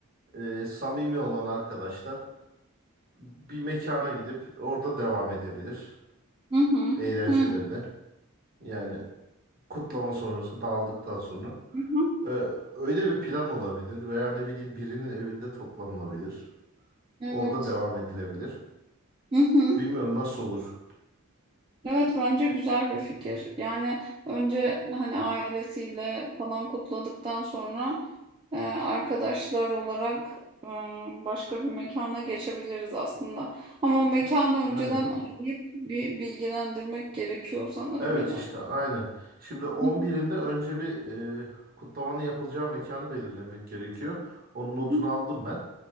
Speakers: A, on the right; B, on the right.
A: e, samimi olan arkadaşlar bir mekana gidip orada devam edebilir
B: Hı hı.
A: eğlencelerine.
B: Hı hı.
A: Yani. kutlama sonrası dağıldıktan sonra
B: Hı hı.
A: e, öyle bir plan olabilir veya ne bileyim birinin evinde toplanılabilir.
B: Evet.
A: Orada devam edilebilir.
B: Hı hı.
A: Bilmiyorum nasıl olur.
B: Evet bence güzel bir fikir. Yani önce hani ailesiyle falan kutladıktan sonra e, arkadaşlar olarak e, başka bir mekana geçebiliriz aslında. Ama o mekanı önceden
A: Aynen.
B: arayıp bir bilgilendirmek gerekiyor sanırım
A: Evet
B: yine.
A: işte aynen. Şimdi on
B: Hı
A: birinde önce bir e, kutlamanın yapılacağı mekanı belirlemek gerekiyor. Onun notunu
B: hı,
A: aldım ben.